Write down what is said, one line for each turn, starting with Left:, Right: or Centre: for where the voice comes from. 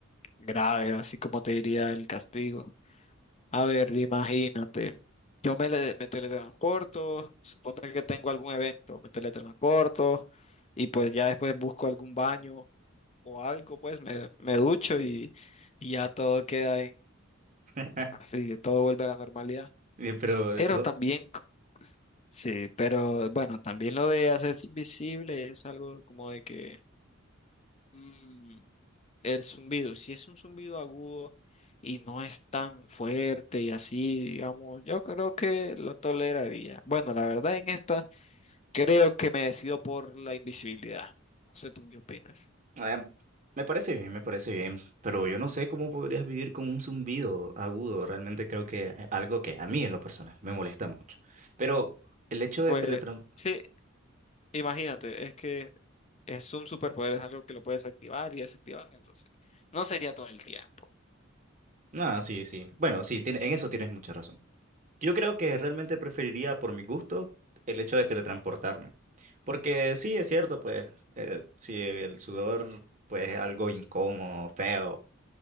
Left: grave, así como te diría el castigo. A ver, imagínate, yo me, le- me teletransporto, suponte que tengo algún evento, me teletransporto y pues ya después busco algún baño o algo, pues me, me ducho y, y ya todo queda en,
Right: <laughs>
Left: así, todo vuelve a la normalidad.
Right: Eh, Pero,
Left: Pero
Right: ¿dó-
Left: también... c- Sí, pero bueno, también lo de hacerse invisible es algo como de que Mm, el zumbido, si es un zumbido agudo y no es tan fuerte y así, digamos, yo creo que lo toleraría. Bueno, la verdad en esta creo que me decido por la invisibilidad. No sé tú qué opinas.
Right: Eh, me parece bien, me parece bien, pero yo no sé cómo podrías vivir con un zumbido agudo. Realmente creo que es algo que a mí en lo personal me molesta mucho. Pero el hecho de
Left: Pues
Right: teletransportar...
Left: sí, imagínate, es que es un superpoder, es algo que lo puedes activar y desactivar, entonces no sería todo el tiempo.
Right: No, sí, sí. Bueno, sí, tiene- en eso tienes mucha razón. Yo creo que realmente preferiría, por mi gusto, el hecho de teletransportarme. Porque sí, es cierto, pues, eh, si el sudor, pues, es algo incómodo, feo